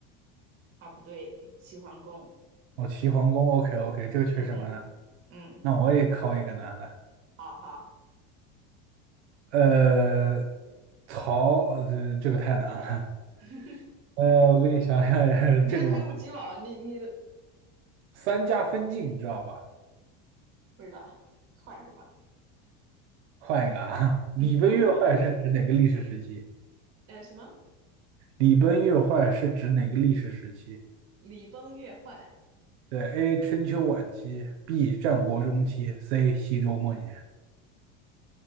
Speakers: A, on the right; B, on the right.
A: 啊，不对，齐桓公，
B: 哦，齐桓公。OK OK，这个确实蛮难的
A: 嗯嗯嗯，
B: 那我也考一个难的。
A: 好好，
B: 呃，曹，呃这这个太难了。
A: <laughs>
B: 呃，我给你想想，<laughs>
A: 你不要看不起我，
B: 这个我
A: 你你
B: 三家分晋，你知道吧？
A: 不知道，换一个吧，
B: 换一个啊，<laughs> 礼崩乐坏是指哪个历史时期？
A: 嗯，<laughs> 呃，什么？
B: 礼崩乐坏是指哪个历史时期？
A: 礼崩乐坏，
B: 对，A. 春秋晚期，B. 战国中期，C. 西周末年。